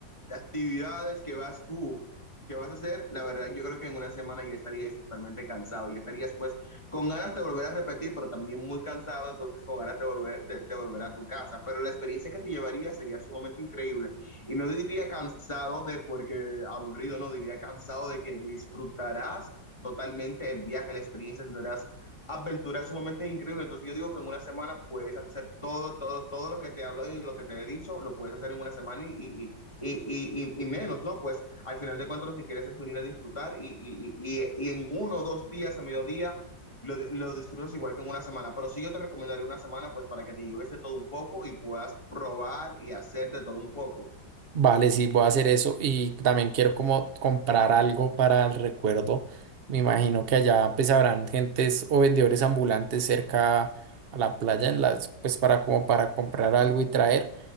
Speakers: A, on the left (about 15°); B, on the right (about 75°).
A: actividades que vas tú, que vas a hacer, la verdad, yo creo que en una semana ya estarías totalmente cansado, ya estarías pues con ganas de volver a repetir, pero también muy cansado, entonces con ganas de volver, de, de volver a tu casa. Pero la experiencia que te llevaría sería sumamente increíble. Y no diría cansado de porque aburrido, no diría cansado de que disfrutarás totalmente el viaje, la experiencia, tendrás aventuras sumamente increíbles. Entonces yo digo que en una semana puedes hacer todo, todo, todo lo que te he hablado y lo que te he dicho, lo puedes hacer en una semana y, y, y, y, y, y menos, ¿no? Pues al final de cuentas lo que quieres es venir a disfrutar y, y y y en uno o dos días a mediodía lo, lo, disfrutas igual que en una semana, pero sí yo te recomendaría una semana pues para que te lleves de todo un poco y puedas probar y hacer de todo un poco.
B: Vale, sí, voy a hacer eso y también quiero como comprar algo para el recuerdo. Me imagino que allá pues habrán gentes o vendedores ambulantes cerca a la playa en las pues para como para comprar algo y traer,